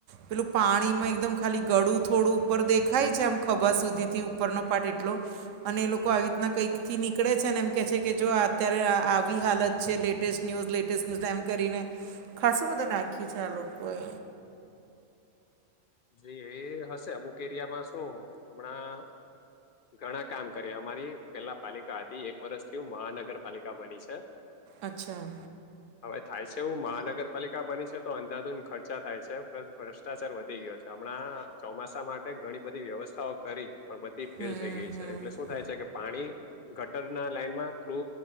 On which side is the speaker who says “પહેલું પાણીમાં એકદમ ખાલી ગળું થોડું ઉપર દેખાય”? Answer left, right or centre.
Right